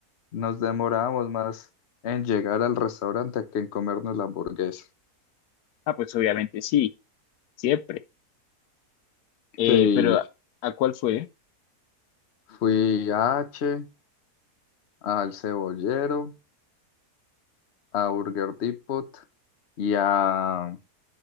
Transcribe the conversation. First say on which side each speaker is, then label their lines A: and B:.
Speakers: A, on the left (about 50°); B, on the left (about 80°).
A: nos demorábamos más en llegar al restaurante que en comernos la hamburguesa.
B: Ah, pues obviamente sí, siempre. Eh,
A: Sí,
B: pero ¿a, a cuál fue?
A: fui a H, al Cebollero, a Burger Depot y a